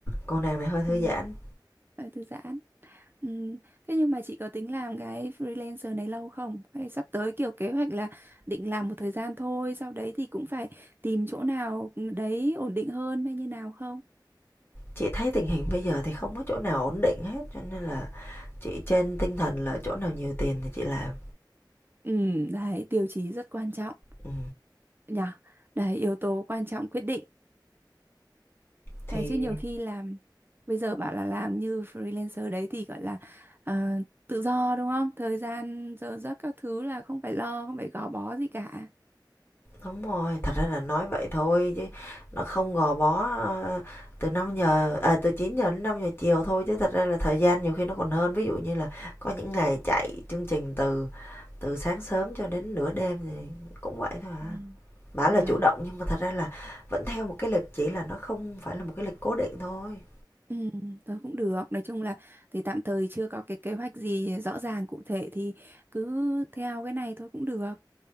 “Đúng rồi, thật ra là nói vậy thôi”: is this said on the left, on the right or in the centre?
Left